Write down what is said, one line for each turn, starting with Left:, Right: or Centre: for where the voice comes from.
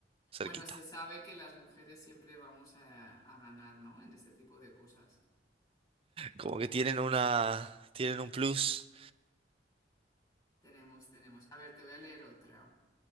Right: cerquita.
Left: Bueno, se sabe que las mujeres siempre vamos a, a ganar, ¿no? En este tipo de cosas.
Right: Como que tienen una, tienen un plus.
Left: Tenemos, tenemos. A ver, te voy a leer otra.